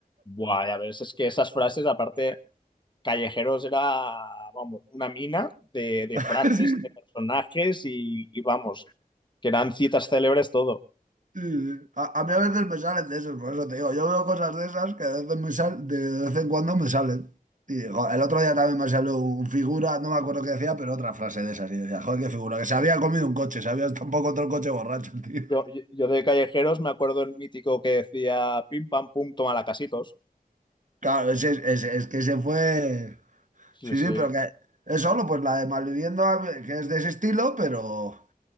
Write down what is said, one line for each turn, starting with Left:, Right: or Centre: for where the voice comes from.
Left: Buah, ya ves, es que esas frases, aparte. Callejeros era, vamos, una mina de, de
Right: <laughs>
Left: frases, de personajes y, y, vamos, que eran citas célebres todo.
Right: Sí, sí. A, a mí a veces me salen de esos, por eso te digo, yo veo cosas de esas que de vez en, me sal- de vez en cuando me salen. Y jo, el otro día también me salió un figura, no me acuerdo qué decía, pero otra frase de esas. Y decía, joder, qué figura, que se había comido un coche, se había tampoco otro coche borracho, <laughs> el tío.
Left: Yo, yo, yo de Callejeros me acuerdo el mítico que decía pim pam pum, toma la casitos.
Right: Claro, ese- ese- es que se fue.
Left: Sí,
Right: Sí,
Left: sí,
Right: sí, pero que es solo pues la de Malviviendo, que es de ese estilo, pero,